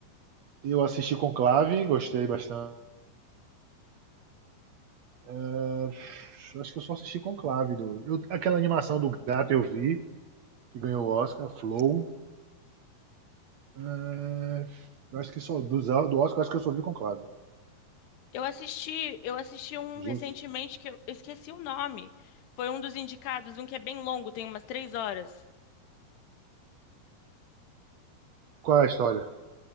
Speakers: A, on the right; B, on the left.
A: Eu assisti Conclave, gostei bastante. É, acho que eu só assisti Conclave. Do, eu- aquela animação do gato eu vi, que ganhou o Oscar, Flow. É, eu acho que só, dos, do Oscar, eu acho que eu só vi Conclave.
B: Eu assisti, eu assisti um
A: Dos
B: recentemente que eu esqueci o nome. Foi um dos indicados, um que é bem longo, tem umas três horas.
A: Qual é a história?